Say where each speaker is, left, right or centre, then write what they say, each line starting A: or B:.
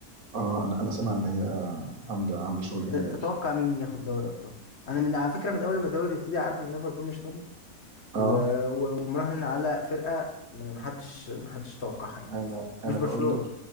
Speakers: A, on the right; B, on the left.
A: اه أنا أنا سامع إن هي عاملة عاملة شغل
B: انت
A: جامد
B: تتوقع
A: أوي
B: مين ياخد دوري الابطال انا من على فكرة من اول ما الدوري يبتدي عارف ان ليفربول مش هتاخد
A: اه
B: و- و- ومراهن على فرقة ما- محدش محدش توقعها يعني
A: أنا
B: خالص مش
A: أنا
B: برشلونة
A: بقول لك